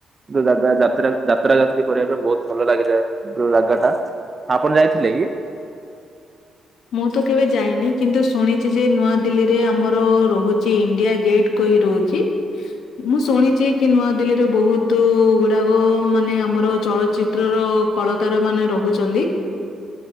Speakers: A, on the right; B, on the left.
A: ଯୋଉ ଜାଗା ଯାତ୍ରା ଯାତ୍ରା ଯାତ୍ରୀ କରିବା ପାଇଁ ବହୁତ ଭଲ ଲାଗିଥାଏ ଜାଗା ଟା। ଆପଣ ଯାଇଥିଲେ କି?
B: ମୁଁ ତ କେବେ ଯାଇନି କିନ୍ତୁ ଶୁଣିଛି ଯେ ନୂଆଦିଲ୍ଲୀରେ ଆମର ରହୁଛି ଇଣ୍ଡିଆ ଗେଟ୍। କି ରହୁଛି। ମୁଁ ଶୁଣିଛି କି ନୂଆଦିଲ୍ଲୀରେ ବହୁତ ଗୁଡାକ ମାନେ ଆମର ଚଳଚି ତ୍ର ର କଳାକାର ମାନେ ରହୁଛନ୍ତି।